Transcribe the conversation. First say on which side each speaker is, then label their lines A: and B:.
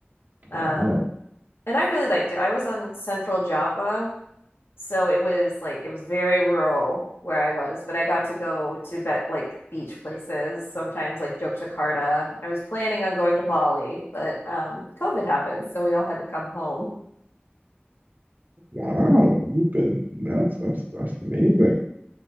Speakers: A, on the left (about 75°); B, on the right (about 45°).
A: Um,
B: Wow.
A: and I really liked it. I was on Central Java, so it was like it was very rural where I was, but I got to go to bet like beach places sometimes, like Yogyakarta. I was planning on going to Bali, but um, COVID happened, so we all had to come home.
B: Wow. You've been that's that's that's amazing.